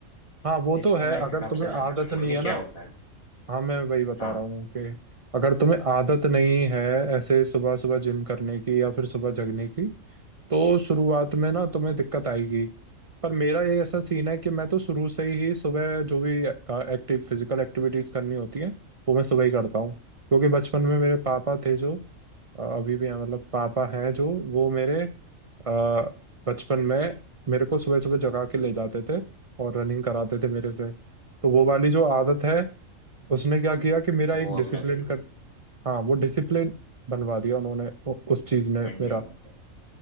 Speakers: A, on the right (about 35°); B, on the left (about 90°).
A: हाँ वो तो
B: इसमें
A: है
B: मैं एक
A: अगर
B: आपसे
A: तुम्हें आदत
B: जानना चाहूंगा
A: नहीं
B: कि
A: है
B: क्या
A: ना
B: होता है
A: हाँ मैं वही बता
B: हाँ
A: रहा हूँ कि अगर तुम्हें आदत नहीं है ऐसे सुबह सुबह जिम करने की या फिर सुबह जगने की तो शुरुआत में ना तुम्हें दिक्कत आएगी पर मेरा ये ऐसा सीन है कि मैं तो शुरू से ही सुबह जो भी एक्टिव फिजिकल एक्टिविटीज करनी होती है वो मैं सुबह ही करता हूँ क्योंकि बचपन में मेरे पापा थे जो अभी भी है मतलब पापा हैं जो वो मेरे अ, बचपन में मेरे को सुबह सुबह जगा के ले जाते थे और रनिंग कराते थे मेरे से तो वो वाली जो आदत है उसने क्या किया कि मेरा
B: वो
A: एक डिसिप्लिन
B: अब लग गई
A: कर हाँ वो डिसिप्लिन बनवा दिया उन्होंने उ- उस चीज ने
B: मेंटेन
A: मेरा
B: हो गया